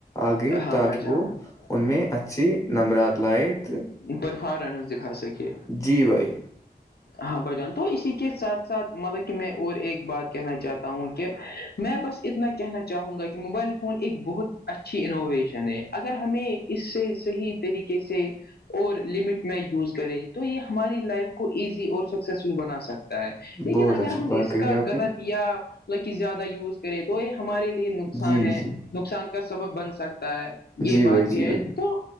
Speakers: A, on the left; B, on the left.
A: آگے
B: ہاں
A: تاکہ
B: بھائی جان
A: وہ ان میں اچ سے نمبرات لائے تو
B: پرفارنس دکھا سکے
A: جی بھائی
B: ہاں بجان تو اسی کے ساتھ ساتھ مطلب کہ میں اور ایک بات کہنا چاہتا ہوں کہ میں بس اتنا کہنا چاہوں گا کہ موبائل فون ایک بہت اچھی انوویشن ہے اگر ہمیں اس سے صحیح طریقے سے اور لمٹ میں یوز کرے تو یہ ہماری لائف کو ایزی اور سکسیسفل بنا سکتے لیکن
A: بہت
B: اگر
A: اچھی
B: ہم
A: بات
B: اس
A: کہی
B: کا
A: آپ
B: غلط
A: نے
B: یا مطل کہ زیادہ یوز کریں تو یہ ہمارے لیے نقصان
A: جی
B: ہے
A: جی
B: نقصان کا سبب بن سکتا ہے یہ
A: جی بھائی
B: بات
A: جی
B: بھی ہے
A: بھائی
B: تو